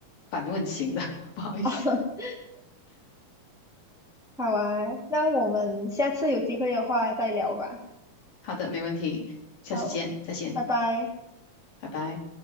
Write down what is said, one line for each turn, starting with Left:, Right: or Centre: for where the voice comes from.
Left: 反问型的，<laughs> 不好意思。
Centre: <laughs> 好啊，那我们下次有机会的话再聊吧。
Left: 好的，没问题，下次见，
Centre: 好，
Left: 再见，
Centre: 拜拜。
Left: 拜拜。